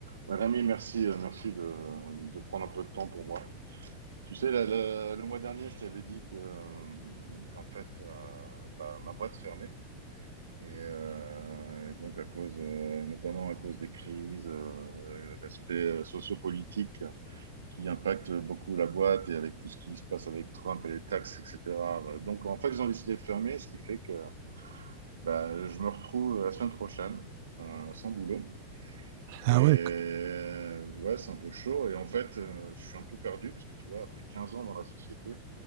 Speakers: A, on the right; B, on the right.
A: Ouais, Rémi, merci, euh, merci de, de prendre un peu de temps pour moi. Tu sais, la- la- le mois dernier, je t'avais dit que, euh, qu'en fait, euh, bah, ma boîte fermait. Et, euh, et donc, à cause, euh, notamment à cause des crises, euh, l'aspect euh, sociopolitique qui impacte beaucoup la boîte et avec tout ce qui se passe avec Trump et les taxes, etc. Donc, en fait, ils ont décidé de fermer, ce qui fait que bah, je me retrouve la semaine prochaine euh, sans boulot.
B: Ah
A: Et euh,
B: ouais. écou-
A: ouais, c'est un peu chaud. Et en fait, euh, je suis un peu perdu parce que tu vois, après 15 ans dans la société,